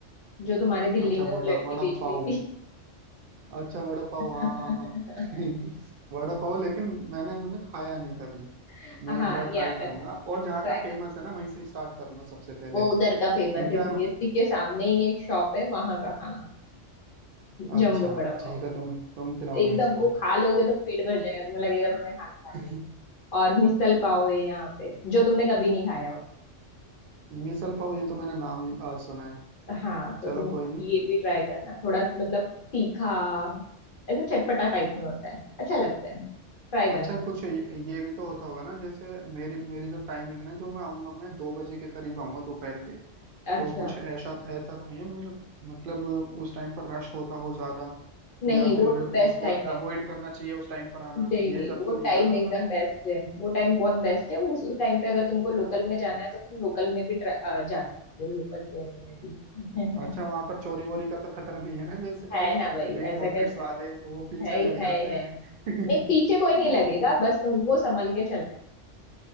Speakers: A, on the left; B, on the right.
A: जो तुम्हारे दिल्ली
B: अच्छा
A: में वो
B: वड़ा
A: लड़की
B: वड़ा
A: बेच
B: पाव
A: रही थी
B: अच्छा वड़ा पाव
A: <laughs>
B: हाँ हाँ हाँ हाँ। <laughs> वड़ा पाव लेकिन मैंने उन्हें खाया नहीं कभी
A: हाँ
B: मैं एक बार
A: यहाँ
B: ट्राई
A: का
B: करूंगा
A: खाना
B: और जहाँ
A: ट्राई
B: का
A: करना
B: फेमस है ना वहीं से स्टार्ट करूंगा सबसे पहले
A: वो उधर का फेमस
B: क्योंकि
A: है
B: यार
A: सीएसटी के सामने ही एक शॉप है वहां का खाना
B: अच्छा
A: जम्बो वड़ा पाव
B: ठीक है तुम तुम खिलाओगे
A: एकदम
B: इसको
A: वो खा लोगे तो पेट भर जाएगा तुम्हें लगेगा तुमने खाना खा
B: <laughs>
A: लिया है। और मिसल पाव है यहाँ पे जो तुमने कभी नहीं खाया हो
B: मिसल पाव ये तो मैंने नाम ही आज सुना है
A: हाँ तो
B: चलो
A: तुम
B: कोई नहीं
A: ये भी ट्राई करना थोड़ा मतलब तीखा ऐसे चटपटा टाइप में होता है अच्छा लगता है ट्राई
B: अच्छा
A: करना
B: कुछ ये ये भी तो होता होगा ना जैसे मेरी मेरी जो टाइमिंग है ना जो मैं आऊंगा मैं दो बजे के करीब आऊंगा दोपहर के
A: अच्छा
B: तो कुछ ऐसा ऐसा तो नहीं है मतलब मतलब उस टाइम पर रश होता हो ज्यादा
A: नहीं
B: या फिर
A: वो
B: उसको
A: बेस्ट टाइम
B: अवॉइड
A: है
B: करना चाहिए उस टाइम पर आना
A: नहीं
B: ये
A: नहीं
B: सब
A: वो
B: तो नहीं
A: टाइम
B: है ना वहाँ
A: एकदम
B: का
A: बेस्ट है वो टाइम बहुत बेस्ट है वो उस टाइम पे अगर तुमको लोकल में जाना है तो तुम लोकल में भी tra- अ, जा सकते हो लोकल ट्रेन में भी
B: अच्छा वहाँ
A: <laughs>
B: पर चोरी वोरी का तो खतरा नहीं है ना जैसे कोई
A: है ना भाई
B: पिक
A: ऐसा
B: पॉकेट्स
A: कैसा
B: वाले
A: है
B: वो पीछे
A: है ही-
B: लग जाते
A: है
B: हैं
A: है नहीं पीछे कोई नहीं लगेगा
B: <laughs>
A: बस तुमको संभल के चलना